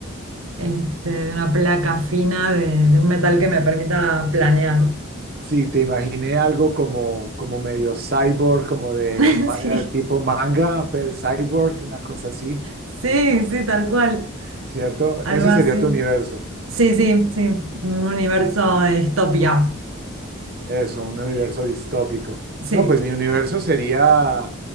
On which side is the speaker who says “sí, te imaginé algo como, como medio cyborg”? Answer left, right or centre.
Right